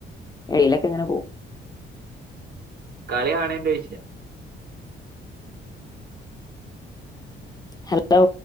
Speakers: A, on the left; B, on the right.
A: എഴയിലൊക്കെ എങ്ങനെ പോ
B: കളി യാണേന്റെ ഏഷ്യ
A: ഹലോ